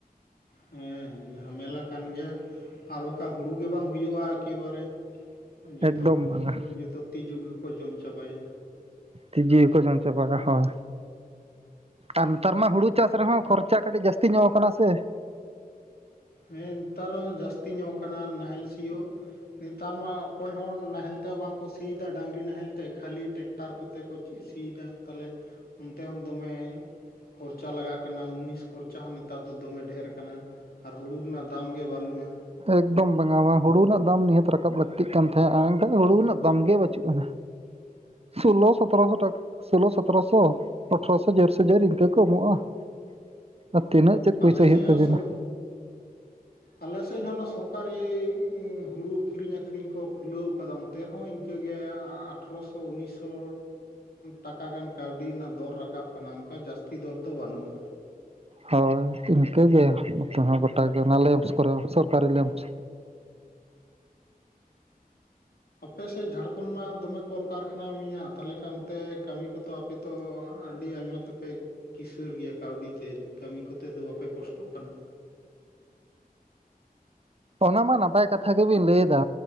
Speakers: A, on the left; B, on the right.
A: ᱦᱮᱸ ᱡᱷᱟᱢᱮᱞᱟ ᱠᱟᱱ ᱜᱮᱭᱟ ᱟᱨ ᱵᱟᱠᱷᱟᱱ ᱦᱩᱲᱩ ᱜᱮ ᱵᱟᱝ ᱦᱩᱭᱩᱜᱼᱟ ᱮᱠᱮᱵᱟᱨᱮ ᱡᱚᱛᱚ
B: ᱮᱠᱫᱚᱢ
A: ᱦᱩᱲᱩ
B: ᱵᱟᱝᱟ
A: ᱡᱚᱛᱚ ᱛᱤᱡᱩ ᱜᱮᱠᱚ ᱡᱚᱢ ᱪᱟᱵᱟᱭᱟ
B: ᱛᱤᱡᱩ ᱜᱮᱠᱚ ᱡᱚᱢ ᱪᱟᱵᱟᱭᱟ ᱦᱚᱭ ᱟᱨ ᱱᱮᱛᱟᱨ ᱢᱟ ᱦᱩᱲᱩ ᱪᱟᱥ ᱨᱮᱦᱚᱸ ᱠᱷᱚᱨᱪᱟ ᱠᱟᱹᱴᱤᱡ ᱡᱟᱹᱥᱛᱤ ᱧᱚᱜ ᱠᱟᱱᱟ ᱥᱮ
A: ᱦᱮᱸ ᱱᱮᱛᱟᱨ ᱡᱟᱹᱥᱛᱤ ᱾ ᱧᱚᱜ ᱠᱟᱱᱟ ᱱᱟᱦᱮᱞ ᱥᱤᱭᱳᱜ ᱱᱮᱛᱟᱨ ᱢᱟ ᱚᱠᱚᱭ ᱦᱚᱸ ᱱᱟᱦᱮᱞ ᱛᱮ ᱵᱟᱝ ᱠᱚ ᱥᱤᱭᱮᱫᱟ ᱰᱟᱝᱨᱤ ᱱᱟᱦᱮᱞ ᱛᱮ ᱠᱷᱟᱹᱞᱤ ᱴᱮᱠ ᱴᱟᱨ ᱠᱚᱛᱮ ᱠᱚ ᱪᱤ ᱥᱤᱭᱮᱫᱟ ᱛᱟᱦᱚᱞᱮ ᱚᱱᱛᱮ ᱦᱚᱸ ᱫᱚᱢᱮ ᱠᱷᱚᱨᱪᱟ ᱞᱟᱜᱟᱜ ᱠᱟᱱᱟ ᱢᱩᱱᱤᱥ ᱠᱷᱚᱨᱪᱟ ᱦᱚᱸ ᱱᱮᱛᱟᱨ ᱫᱚᱢᱮ ᱰᱷᱮᱨ ᱠᱟᱱᱟ ᱾ ᱟᱨ ᱦᱩᱲᱩ ᱨᱮᱱᱟᱜ ᱫᱟᱢ ᱜᱮ ᱵᱟᱹᱱᱩᱜᱼᱟ ᱾
B: ᱮᱠᱫᱚᱢ ᱵᱟᱝ ᱟ ᱵᱟ ᱦᱩᱲᱩ ᱨᱮᱱᱟᱜ ᱫᱟᱢ ᱱᱤᱦᱟᱹᱛ ᱨᱟᱠᱟᱵ ᱞᱟᱹᱠᱛᱤᱜ ᱠᱟᱱ ᱛᱟᱦᱮᱸᱫ ᱟᱨ ᱮᱱᱠᱷᱟᱱ ᱦᱩᱲᱩ ᱨᱮᱱᱟᱜ ᱫᱟᱢ ᱜᱮ ᱵᱟᱹᱪᱩᱜ ᱟ ᱾ ᱥᱳᱞᱚ ᱥᱚ ᱥᱚᱛᱮᱨᱚᱥᱚ ᱴᱟᱠᱟ ᱥᱳᱞᱳ ᱥᱚᱛᱮᱨᱚᱥᱚ ᱟᱴᱷᱨᱚᱥᱚ ᱡᱳᱨᱥᱮ ᱡᱳᱨ ᱤᱱᱠᱟᱹ ᱠᱚ ᱮᱢᱚᱜᱼᱟ ᱾ ᱛᱤᱱᱟᱹᱜ ᱪᱮᱫ ᱯᱚᱭᱥᱟ
A: ᱟᱞᱮ ᱥᱮᱫ
B: ᱦᱩᱭᱩᱜ
A: ᱦᱚᱸ
B: ᱛᱟᱵᱤᱱᱟ
A: ᱥᱚᱨ
B: ᱾
A: ᱟᱞᱮ ᱥᱮᱫ ᱦᱚᱸ ᱚᱱᱟ ᱥᱚᱨᱠᱟᱨᱤ ᱦᱩᱲᱩ ᱠᱤᱨᱤᱧ ᱟᱠᱠᱷᱨᱤᱧ ᱠᱚ ᱠᱷᱩᱞᱟᱹᱣ ᱠᱟᱫᱟ ᱾ ᱛᱮ ᱨᱮᱦᱚᱸ ᱤᱱᱠᱟᱹᱜᱮ ᱟᱴᱷᱨᱚᱥᱚ ᱩᱱᱤᱥᱚ ᱴᱟᱠᱟ ᱜᱟᱱ ᱠᱟᱹᱣᱰᱤ ᱨᱮᱱᱟᱜ ᱫᱚᱨ ᱨᱟᱠᱟᱵ ᱠᱟᱱᱟ ᱚᱱᱠᱟ ᱡᱟᱹᱥᱛᱤ ᱫᱚᱨ ᱫᱚ ᱵᱟᱹᱱᱩᱜᱼᱟ
B: ᱦᱳᱭ ᱤᱱᱠᱟᱹᱜᱮ ᱱᱚᱛᱮ ᱦᱚᱸ ᱜᱚᱴᱟᱜᱮ ᱚᱱᱟ ᱞᱮᱢᱥ ᱠᱚᱨᱮ ᱥᱚᱨᱠᱟᱨᱤ ᱞᱮᱢᱥ
A: ᱟᱯᱮᱥᱮᱫ ᱡᱷᱟᱲᱠᱷᱚᱸᱰ ᱢᱟ ᱫᱚᱢᱮ ᱠᱚᱞᱠᱟᱨᱠᱷᱟᱱᱟ ᱢᱤᱧᱟᱜᱟ ᱛᱟᱦᱚᱞᱮ ᱠᱷᱟᱱ ᱚᱱᱛᱮ ᱠᱟᱹᱢᱤ ᱠᱚᱛᱚ ᱟᱯᱮ ᱛᱚ ᱟᱹᱰᱤ ᱟᱭᱢᱟ ᱛᱮᱯᱮ ᱠᱤᱥᱟᱹᱲ ᱜᱮᱭᱟ ᱠᱟᱹᱣᱰᱤ ᱛᱮ ᱠᱟᱹᱢᱤ ᱠᱚᱛᱮ ᱫᱚ ᱵᱟᱯᱮ ᱠᱚᱥᱴᱚᱜ ᱠᱟᱱᱟ
B: ᱚᱱᱟ ᱢᱟ ᱱᱟᱯᱟᱭ ᱠᱟᱛᱷᱟ ᱜᱮᱵᱤᱱ ᱞᱟᱹᱭ ᱫᱟ